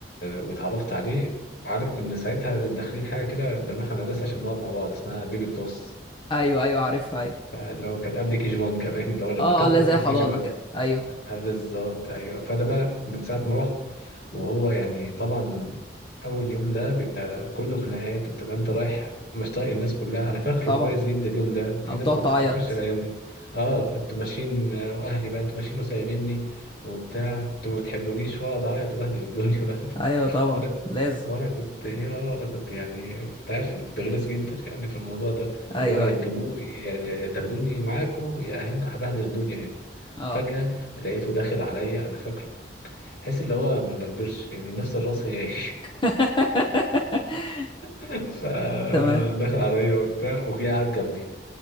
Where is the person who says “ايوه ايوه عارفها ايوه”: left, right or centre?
Left